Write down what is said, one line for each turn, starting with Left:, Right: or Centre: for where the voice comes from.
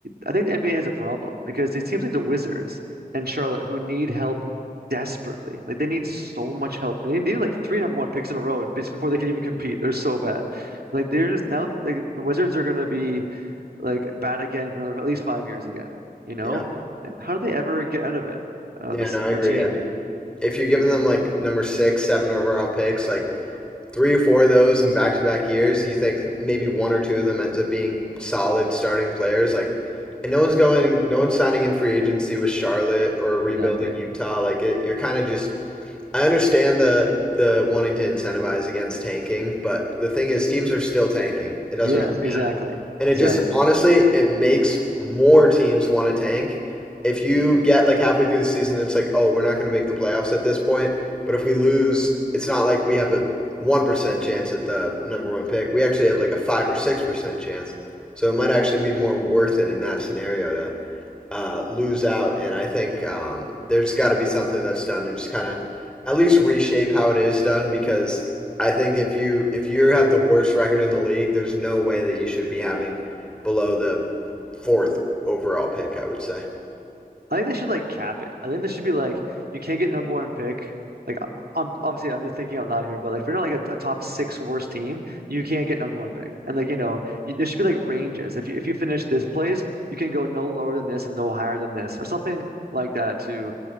Right: I think the NBA has a problem because it seems like the Wizards and Charlotte, who need help desperately. Like they need so much help. They need like three number one picks in a row basically before they can even compete. They're so bad. Like they're just now like the Wizards are gonna be like bad again for another at least five years again. You know?
Centre: Yeah.
Right: How do they ever get out of it? Uh,
Centre: Yeah,
Right: this
Centre: no, I
Right: routine.
Centre: agree. I mean, if you're giving them like number six, seven overall picks, like three or four of those in back to back years, you think maybe one or two of them ends up being solid starting players. Like, and no one's going, no one's signing in free agency with Charlotte or rebuilding
Right: Exactly.
Centre: Utah. Like, it, you're kind of just I understand the the wanting to incentivize against tanking, but the thing is, teams are still tanking. It doesn't
Right: Yes,
Centre: really
Right: exactly.
Centre: matter, and it
Right: Exactly.
Centre: just honestly it makes more teams want to tank. If you get like halfway through the season, it's like, oh, we're not going to make the playoffs at this point. But if we lose, it's not like we have a one percent chance at the number one pick. We actually have like a five or six percent chance. So it might actually be more worth it in that scenario to uh, lose out, and I think um, there's got to be something that's done to just kind of at least reshape how it is done because I think if you if you have the worst record in the league, there's no way that you should be having below the fourth overall pick. I would say.
Right: I think they should like cap it. I think they should be like, you can't get number one pick. Like, I- I'm obviously I'm just thinking out loud here, but like, if you're not like a, a top six worst team, you can't get number one pick. And like, you know, you, there should be like ranges. If you if you finish this place, you can go no lower than this and no higher than this, or something like that to